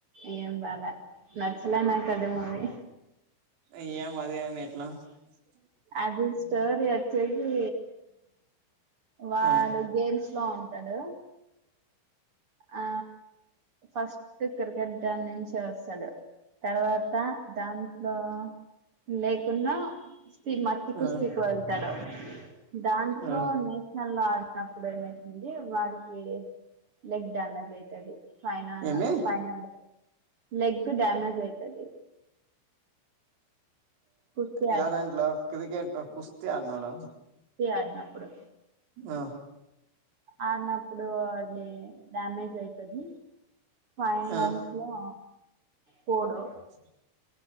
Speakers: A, on the right (about 45°); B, on the right (about 75°).
A: ఏం బాలే నచ్చలే నాకది మూవీ
B: ఇయ్యే మరి అదెట్లా మ్మ్
A: అది స్టోరి వచ్చొద్ది వాడు
B: ఆ
A: గేమ్స్ లో ఉంటడు ఆ ఫస్ట్ క్రికెట్ దాన్నుంచి వస్తాడు తర్వాత దాంట్లో లేకున్నా మట్టి కుస్తీకి
B: ఆ
A: వెళ్తాడు దాంట్లో
B: ఆ
A: నే మళ్ళా ఆడితప్పుడు ఏమైతుంది వాడికి లెగ్ డ్యామేజ్ అయితది పైన
B: ఏమి
A: పైన లెగ్ డ్యామేజ్ అయితది కుస్తీ
B: యాదాంట్లో క్రికెట్ కుస్తీ ఆడినాడా
A: ఈ ఆడినప్పుడు
B: ఆ
A: ఆడినప్పుడు అది డ్యామేజ్ అయితది ఫైనల్స్
B: ఆ
A: లో పోడు
B: అ